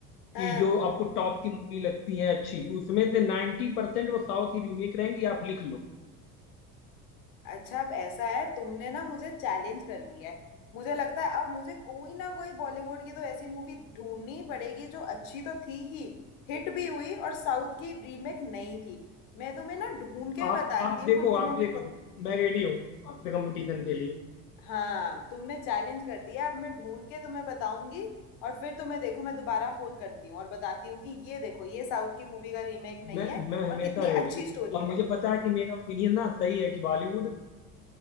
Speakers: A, on the left (about 40°); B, on the left (about 70°).
A: हाँ
B: कि जो आपको टॉप की मूवी लगती है अच्छी उसमें से नाइन्टी परसेंट वो साउथ की रीमेक रहेंगी आप लिख लो
A: अच्छा अब ऐसा है तुमने ना मुझे चैलेंज कर दिया है मुझे लगता है अब मुझे कोई ना कोई बॉलीवुड की तो ऐसी मूवी ढूंढनी ही पड़ेगी जो अच्छी तो थी ही हिट भी हुई और साउथ की रीमेक नहीं थी मैं तुम्हें ना ढूंढ के
B: आप
A: बताती
B: आप
A: हूँ
B: देखो
A: और तुम्हें
B: आप
A: मैं
B: देख लो मैं रेडी हूँ आपसे कंपटीशन के लिए
A: हाँ तुमने चैलेंज कर दिया अब मैं ढूंढ के तुम्हें बताऊंगी और फिर तुम्हें देखो मैं दोबारा फोन करती हूँ और बताती हूँ कि ये देखो ये साउथ की मूवी का रीमेक नहीं
B: मैं
A: है
B: मैं हमेशा
A: और कितनी
B: रेडी
A: अच्छी
B: हूँ
A: स्टोरी
B: और
A: है
B: मुझे पता है कि मेरा ओपिनियन ना सही है कि बॉलीवुड